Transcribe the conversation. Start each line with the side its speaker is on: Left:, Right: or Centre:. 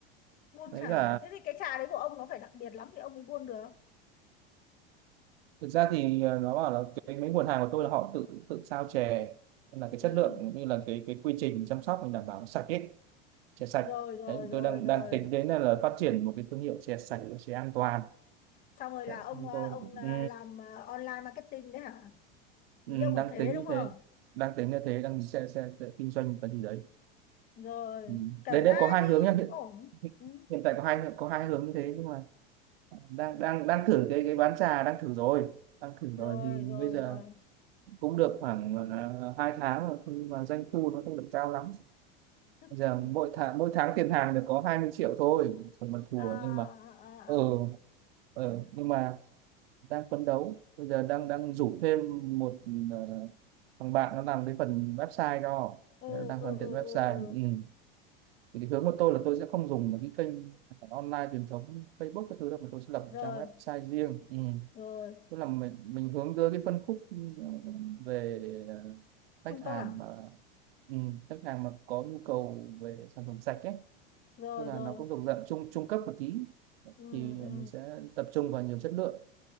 Left: buôn
Right: với
Left: trà à?
Right: cả
Left: thế thì cái trà đấy của ông nó phải đặc biệt lắm thì ông mới buôn được
Right: thực ra thì ờ, nó bảo là cái mấy nguồn hàng của tôi là họ tự tự sao chè nên là cái
Left: ừ.
Right: chất lượng cũng như là cái cái quy trình chăm sóc mình đảm bảo nó sạch ấy chè sạch
Left: rồi rồi
Right: đấy
Left: rồi
Right: tôi đang
Left: rồi
Right: đang tính đến là, là phát triển một cái thương hiệu chè sạch chè an toàn
Left: xong rồi
Right: đấy
Left: là ông
Right: xong
Left: à,
Right: tôi
Left: ông à,
Right: ừ,
Left: làm à, online marketing đấy hả ý
Right: ừ,
Left: ông
Right: đang
Left: là thế
Right: tính
Left: đúng
Right: như
Left: không
Right: thế đang tính như thế đang sẽ sẽ, sẽ kinh doanh một cái gì đấy
Left: rồi
Right: ừ.
Left: kể
Right: đấy đấy
Left: ra
Right: có hai
Left: thì
Right: hướng nhá
Left: cũng
Right: hiện
Left: ổn
Right: hiện
Left: ừ.
Right: hiện tại có hai có hai hướng như thế nhưng mà đang đang đang thử cái cái bán trà đang thử rồi đang thử
Left: rồi
Right: rồi thì
Left: rồi
Right: bây giờ
Left: rồi
Right: cũng được khoảng uh, 2 tháng rồi nhưng mà doanh thu nó không được cao lắm
Left: <laughs>
Right: Bây giờ mỗi tháng mỗi tháng tiền hàng được có 20 triệu thôi còn mặt thùa
Left: à, à,
Right: nhưng mà ừ,
Left: à. à.
Right: ừ nhưng mà đang phấn đấu bây giờ đang đang rủ thêm một ờ, thằng bạn nó làm cái phần website cho
Left: ừ
Right: Thế là đang
Left: ừ
Right: hoàn thiện
Left: ừ
Right: website
Left: ừ ừ
Right: ừ. thì cái hướng của tôi là tôi sẽ không dùng một cái kênh online truyền thống Facebook cái thứ đâu mà tôi sẽ lập một
Left: rồi
Right: trang website riêng ừ
Left: rồi
Right: tức là mình mình hướng tới cái phân khúc ừ, về ờ,
Left: trung
Right: khách hàng
Left: cấp à
Right: mà ừ, khách hàng mà có nhu cầu về sản phẩm sạch ấy
Left: rồi
Right: tức là
Left: rồi
Right: nó cũng thuộc dạng trung trung cấp một tí
Left: ừ
Right: thì mình
Left: ừ
Right: sẽ tập trung vào nhiều chất lượng